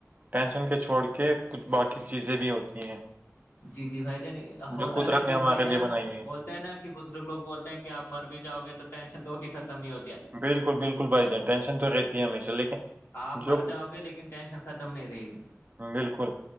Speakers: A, on the right (about 35°); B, on the left (about 50°).
A: ٹینشن کو چھوڑ کے کچھ باقی چیزیں بھی ہوتی ہیں
B: جی جی بھائی جان ہوتا
A: جو قدرت
B: ہے نا کہ
A: نے ہمارے
B: بھائی جان
A: لیے بنائی ہے
B: بول نا کہ بزرگ لوگ بولتے ہیں کہ آپ مر بھی جاؤ گے تو ٹینشن تو بھی ختم نہیں ہوتی ہے
A: بلکل بلکل بھائی جان ٹینشن تو رہتی ہے ہمیشہ لیکن
B: آپ
A: جو
B: مر جاؤ گے لیکن ٹینشن ختم نہیں رہے گی
A: بلکل